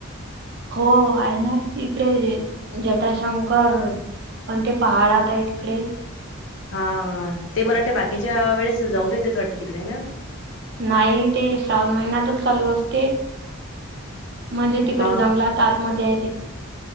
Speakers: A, on the right (about 50°); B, on the left (about 60°).
A: हो आहे ना इकडे जटाशंकर मग ते पहाडात आहेत तिकडे
B: हा ते मला वाटते बाकीच्या वेळेस जाऊन द येतेत वाटते तिकडे आहे ना
A: नाही ते श्रावण महिन्यातच चालू असते म्हणजे तिकडे
B: हा
A: जंगलात आतमध्ये आहे ते